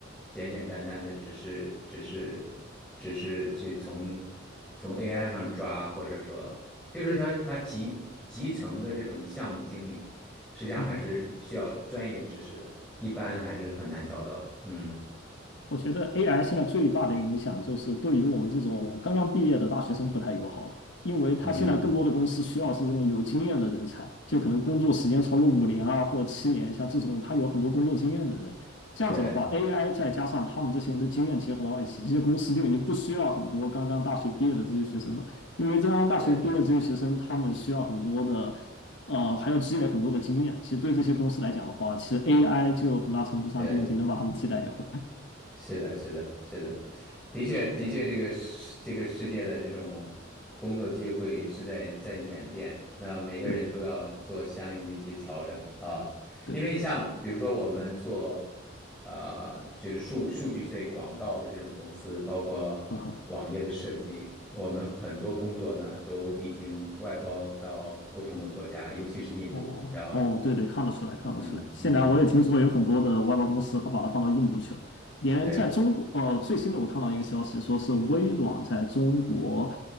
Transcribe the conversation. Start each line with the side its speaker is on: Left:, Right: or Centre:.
Centre: 简简单单的只是只是只是去从从 AI 上抓，或者说就是说它集集成的这种项目经理，实际上还是需要专业知识的，
Left: 嗯哼。
Centre: 一般还是很难找到。嗯
Left: 我觉得 AI 现在最大的影响就是对于我们这种刚刚毕业的大学生不太友好了，因为他现在更多的公司需要是这种有经验的人才，
Centre: 嗯，
Left: 就可能工作时间超过五年啊或七年，像这种他有很多工作经验的人。这样子的话，AI
Centre: 对
Left: 再加上他们这些人的经验结合到一起，这些公司就已经不需要很多刚刚大学毕业的这些学生了，因为刚刚大学毕业的这些学生，
Centre: 对
Left: 他们需要很多的。呃，还要积累很多的经验，其实对这些公司来讲的话，其实 AI 就很大程度上都已经能把他们替代掉了。
Centre: 对。是的，是的，是的，的确，的确，这个世这个世界的这种工作机会是在在演变，那每个人都要做相应的一些调整啊，
Left: <laughs> 对。对，
Centre: 因为像比如说我们做，呃，就是数数据类广告的这种公司，包括网页的设计，
Left: 嗯哼，
Centre: 我们很多工作呢都已经外包到不同的国家，尤其是印度，
Left: 哦哦，
Centre: 你知道吧？
Left: 对对，看得出来，看得出来。
Centre: 嗯嗯，
Left: 现在我也听说有很多的外包公司，他把它放到印度去了。连在中国，
Centre: 对。
Left: 呃，最新的我看到一个消息，说是微软在中国，